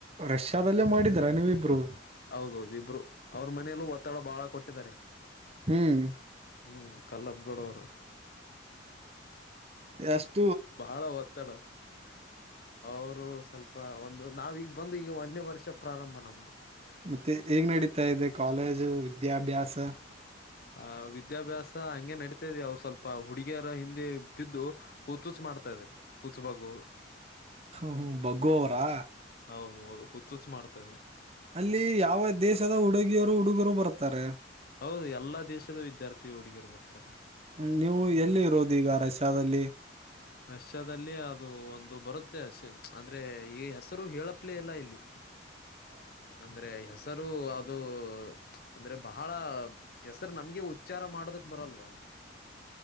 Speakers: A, on the right (about 30°); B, on the left (about 50°).
A: ರಷ್ಯಾದಲ್ಲೇ ಮಾಡಿದೀರಾ ನೀವಿಬ್ರು
B: ಹೌದ ಹೌದು ಇಬ್ಬರು ಅವರ ಮನೆಯಲ್ಲೂ ಒತ್ತಡ ಬಾಳ ಕೊಟ್ಟಿದ್ದಾರೆ. <unintelligible>
A: ಹೂ. <unintelligible>
B: ಹು ಕಲ್ಲಪ್ಪಗೌಡ ಅವರು. <unintelligible>
A: ಎಸ್ <unintelligible>
B: ಬಹಾಳ ಒತ್ತಡ. <unintelligible> ಅವರು ಸ್ವಲ್ಪ ಒಂದು ನಾವೀಗ ಬಂದು ಈಗ ಒಂದೇ ವರ್ಷ ಪ್ರಾರಂಭ ನಮ್ದು. <unintelligible>
A: ಮತ್ತೆ ಹೇಗೆ ನಡೀತಾ ಇದೆ ಕಾಲೇಜು ವಿದ್ಯಾ ಅಭ್ಯಾಸ. <unintelligible>
B: ಆ ವಿದ್ಯಾ ಅಭ್ಯಾಸ ಹಂಗೆ ನಡತಾದೆ ಅವರ ಸ್ವಲ್ಪ ಹುಡುಗಿಯರ ಹಿಂದೆ ಬಿದ್ದು. <unintelligible> ಹುಚ್ಚುಚ ಮಾಡ್ತಾ ಇದಾರ ಹುಚ್ಚ ಬಾಗ ಅವರು. <unintelligible>
A: ಹು ಬಗ್ಗು ಅವರಾ? <unintelligible>
B: ಹೌದ ಹೌದು ಹುಚ್ಚು ಹುಚ್ಚು ಮಾಡ್ತಾ ಇದಾರೆ. <unintelligible>
A: ಅಲ್ಲಿ ಯಾವ ದೇಶದ ಹುಡುಗಿಯರು ಹುಡುಗರು ಬರ್ತಾರೆ.
B: ಹೌದು ಎಲ್ಲಾ ದೇಶದ ವಿದ್ಯಾರ್ಥಿ ಹುಡುಗಿಯರು ಬರ್ತಾರೆ ಅಲ್ಲಿ. <unintelligible>
A: ನಂಗ್ ನೀವು ಎಲ್ಲಿ ಇರೋದು ಈಗ ರಷ್ಯಾದಲ್ಲಿ? <unintelligible>
B: ರಷ್ಯದಲ್ಲಿ ಅದು ಒಂದು ಬರುತ್ತೆ ಅಸಿ ಅಂದ್ರೆ ಈ ಹೆಸರು ಹೇಳಪ್ಲೇ ಇಲ್ಲ ಇಲ್ಲಿ. <unintelligible>
A: <unintelligible>
B: ಅಂದ್ರೆ ಹೆಸರು ಅದು. <unintelligible> ಅಂದ್ರೆ ಬಹಾಳ ಹೆಸರು ನಮಗೆ ಉಚ್ಚಾರ ಮಾಡೋದಕ್ ಬರಲ್ವಾ ಅಲ್ಲಿ. <unintelligible>